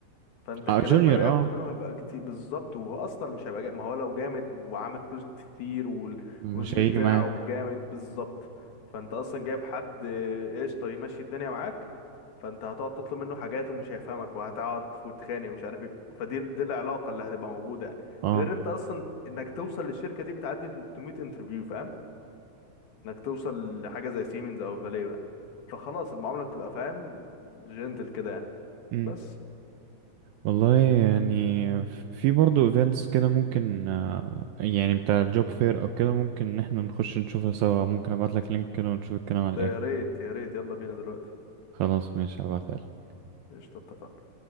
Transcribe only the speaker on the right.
اه جونيور
اه
مش
هيجي
معاك
اه
امم
والله يعني في برضه ايفنتس كده ممكن آه، يعني بتاع الجوب فير او كده ممكن ان احنا نخش نشوفها سوا ممكن ابعت لك لينك كده ونشوف الكلام على
ايه
خلاص ماشي هبعتها لك.